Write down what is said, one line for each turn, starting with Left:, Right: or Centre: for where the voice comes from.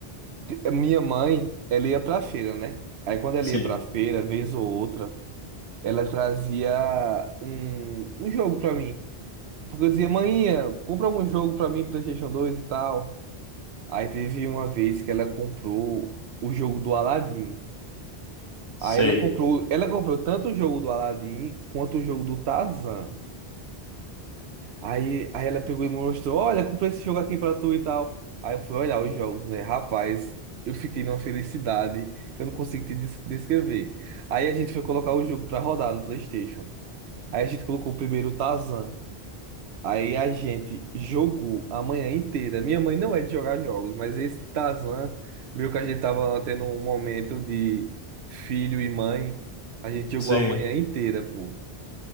Right: a minha mãe, ela ia pra feira, né? Aí quando ela
Left: Sim,
Right: ia pra feira, vez ou outra, ela trazia um, um jogo pra mim. Porque eu dizia, mãe, compra algum jogo pra mim, PlayStation dois e tal. Aí teve uma vez que ela comprou o jogo do Aladdin.
Left: sei.
Right: Aí ela comprou, ela comprou tanto o jogo do Aladdin quanto o jogo do Tarzan. Aí, aí ela pegou e me mostrou, olha, comprei esse jogo aqui pra tu e tal. Aí eu fui olhar os jogos, né? Rapaz, eu fiquei numa felicidade que eu não consigo te des- descrever. Aí a gente foi colocar o jogo pra rodar no PlayStation. Aí a gente colocou primeiro o Tarzan. Aí a gente jogou a manhã inteira. Minha mãe não é de jogar jogos, mas esse Tazan, viu que a gente tava tendo um momento de filho e mãe, a gente jogou
Left: Sim,
Right: a manhã inteira, pô.